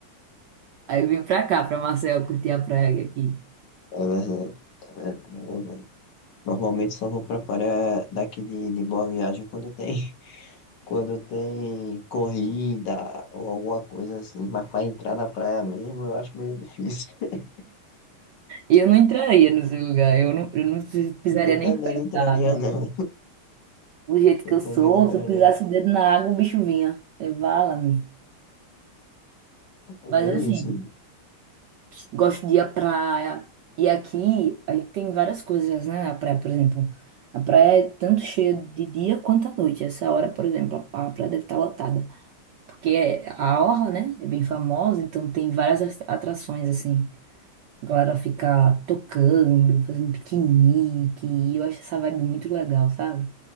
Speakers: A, on the right; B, on the left.
A: Aí eu vim pra cá, pra Marcel, curtir a praia aqui.
B: É verdade. É verdade. Normalmente só vou pra praia daqui de, de Boa Viagem quando tem, <laughs> quando tem corrida ou alguma coisa assim, mas para entrar na praia mesmo eu acho meio difícil. <laughs>
A: E eu não entraria no seu lugar, eu não, eu não pis- pisaria
B: Eu
A: nem
B: também
A: perto
B: não entraria
A: da água.
B: não,
A: Do jeito
B: eu
A: que eu
B: também
A: sou,
B: não entraria
A: se eu pisasse
B: não.
A: o dedo na água, o bicho vinha. Eu, vala-me.
B: É
A: Mas
B: bem
A: assim.
B: isso,
A: Gosto de ir à praia. E aqui aí tem várias coisas, né? Na praia, por exemplo. A praia é tanto cheia de dia quanto à noite. Essa hora, por exemplo, a a praia deve estar lotada. Porque é- a orla, né? É bem famosa, então tem várias as- atrações, assim. A galera fica tocando, fazendo piquenique. E eu acho essa vibe muito legal, sabe?